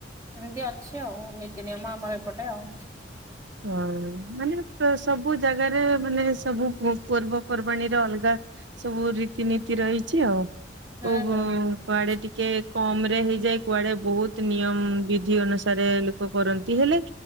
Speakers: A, on the right; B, on the right.
A: ଏମିତି ଅଛି ଆଉ ନୀତି ନିିୟମ ଆମର ଏପଟେ ଆଉ।
B: ହଁ ମାନେ ସବୁ ଜାଗାରେ ମାନେ ସବୁ ପର୍ବପର୍ବାଣୀରେ ଅଲଗା ସବୁ ରୀତିନୀତି ରହିଛି ଆଉ
A: ହୁଁ
B: କୋଉ
A: ହୁଁ
B: କୁଆଡେ
A: ହୁଁ।
B: ଟିକେ କମ ରେ ହେଇଯାଏ କୁଆଡେ ବହୁତ ନିୟମ ବିଧି ଅନୁସାରେ ଲୋକ କରନ୍ତି ହେଲେ